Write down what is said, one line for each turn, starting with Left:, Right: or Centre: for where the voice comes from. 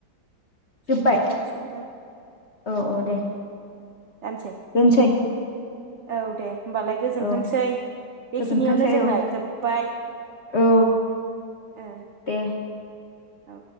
Left: जोबबाय
Right: सम जाबाय सम
Left: औ औ दे।
Right: जानोसै
Left: दोनसै
Right: औ दे होनोमबालाय गोजोनथोंसै।
Left: औ
Right: बेखिनियावनो
Left: गोजोनथोंसै
Right: जोंना
Left: औ
Right: जोब्बाय
Left: औ।
Right: ओ
Left: दे
Right: औ